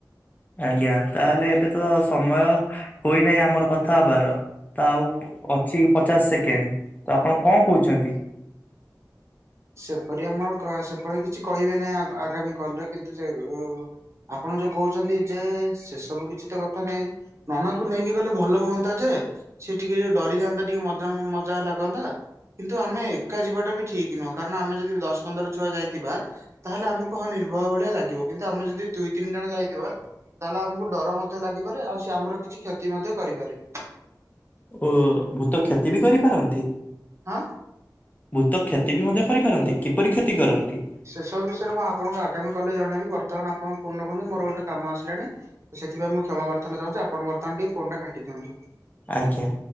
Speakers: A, on the left; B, on the right.
A: ଆଜ୍ଞା! ତାହେଲେ ଏବେ ତ ସମୟ ହୋଇନାହିଁ ଆମର କଥା ହବାର। ତ ଆଉ ଅଛି ପଚାଶ ସେକେଣ୍ଡ, ତ ଆପଣ କଣ କହୁଛନ୍ତି?
B: ସେପରି ଆମର ସେପରି କିଛି କହିବେ ନାହିଁ। ଆଗାମୀ କଲରେ କିନ୍ତୁ ସେ ଉଁ ଆପଣ ଯୋଉ କହୁଛନ୍ତି ଯେ, ସେ ସବୁ କିଛି ତ କଥା ନାହିଁ। ମାମାକୁ କୁ ନେଇକି ଗଲେ ଭଲ ହୁଅନ୍ତା ଯେ, ସେ ଟିକେ ଡରିଯାଆନ୍ତା ଟିକେ ମଜା -ମଜା ଲାଗନ୍ତା। କିନ୍ତୁ ଆମେ ଏକା ଯିବାଟା ବି ଠିକ ନୁହଁ, କାରଣ ଆମେ ଯଦି ଦଶ ପନ୍ଦର ଛୁଆ ଯାଇଥିବା। ତାହେଲେ ଆମକୁ ହଁ ନିର୍ଭର ଭଳିଆ ଲାଗିବ। କିନ୍ତୁ ଆମେ ଯଦି ଦୁଇ ତିନି ଜଣ ଯାଇଥିବା ତାହେଲେ ଆମକୁ ଡର ମଧ୍ୟ ଲାଗିପାରେ, ଆଉ ସେ ଆମର କିଛି କ୍ଷତି ମଧ୍ୟ କରିପାରେ।
A: ଓ ଭୂତ କ୍ଷତି ବି କରିପାରନ୍ତି।
B: ହଁ।
A: ଭୂତ କ୍ଷତି ବି ମଧ୍ୟ କରିପାରନ୍ତି। କିପରି କ୍ଷତି କରନ୍ତି।
B: ସେସବୁ ବିଷୟରେ ମୁଁ ଆପଣଙ୍କୁ ଆଗାମୀ କଲରେ ଜଣେଇବି। ବର୍ତ୍ତମାନ ଆପଣ ଫୋନ ରଖନ୍ତୁ ମୋର ଗୋଟେ କାମ ଆସିଲାଣି। ସେଥିପାଇଁ କ୍ଷମାପ୍ରାର୍ଥନା ଚାହୁଁଛି। ଆପଣ ବର୍ତ୍ତମାନ ଟିକେ ଫୋନଟା କାଟି ଦିଅନ୍ତୁ।
A: ଆଜ୍ଞା!